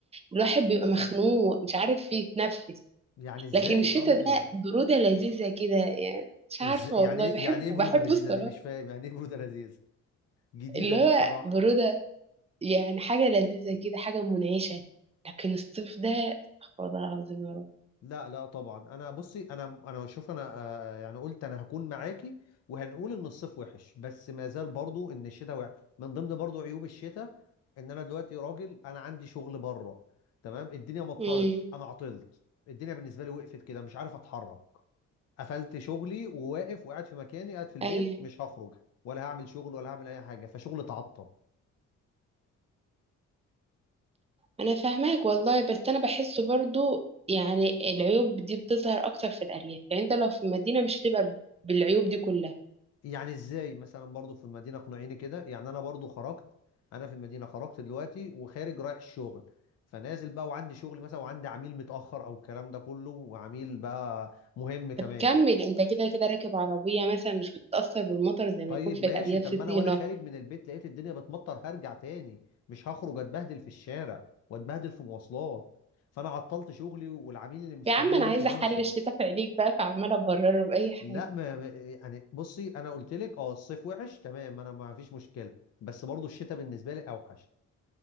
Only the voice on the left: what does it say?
يعني ازاي
برضو
إز...
يعني ايه
يعني ايه بروده
لذيذه
دي مش فاهم يعني ايه بروده لذيذه جديده
دي بصراحه
لا لا طبعا انا بصي انا انا شوف انا آه، يعني قلت انا هكون معاكي وهنقول ان الصيف وحش بس ما زال برضو ان الشتاء وحش من ضمن برضو عيوب الشتاء ان انا دلوقتي راجل انا عندي شغل بره تمام الدنيا مطرت
انا عطلت الدنيا بالنسبه لي وقفت كده مش عارف اتحرك قفلت شغلي وواقف وقاعد في مكاني قاعد في البيت
مش هخرج ولا هعمل شغل ولا هعمل اي حاجه فشغل اتعطل
يعني ازاي مثلا برضو في المدينه اقنعيني كده يعني انا برضو خرجت انا في المدينه خرجت دلوقتي وخارج رايح الشغل فنازل بقى وعندي شغل مثلا وعندي عميل متاخر او الكلام ده كله وعميل بقى مهم كمان
طيب
ماشي
طب
ما
انا وانا خارج من البيت لقيت الدنيا بتمطر هرجع تاني مش هخرج اتبهدل في الشارع واتبهدل في مواصلات فانا عطلت شغلي والعميل اللي مستنيني
ممكن
يمشي
لا ما ما- يعني بصي انا قلت لك اه الصيف وحش تمام انا ما فيش مشكله بس برضو الشتاء بالنسبه لي اوحش